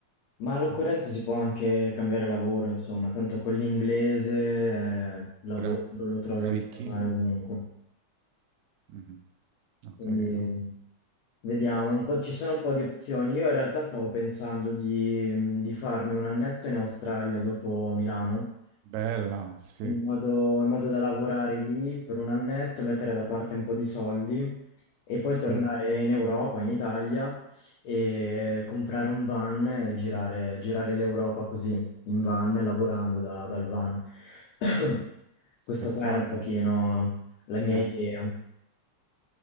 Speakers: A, on the left (about 75°); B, on the right (about 80°).
A: Ma all'occorrenza
B: mm,
A: si può anche cambiare lavoro, insomma, tanto con l'inglese, eh, il lavoro
B: te la
A: lo trovi
B: cavicchi?
A: bene o male ovunque.
B: Mhm, Ho
A: Quindi
B: capito.
A: vediamo, un po', ci sono un po' di opzioni. Io in realtà stavo pensando di, di farmi un annetto in Australia dopo Milano.
B: Bella, sì,
A: in modo, in modo da lavorare lì per un annetto, mettere da parte un po' di soldi e poi
B: sì,
A: tornare in Europa, in Italia e comprare un van e girare, girare l'Europa così, in van, lavorando da- dal van. <clears throat> Questa
B: spettacolo,
A: qua era un pochino la mia
B: piano.
A: idea,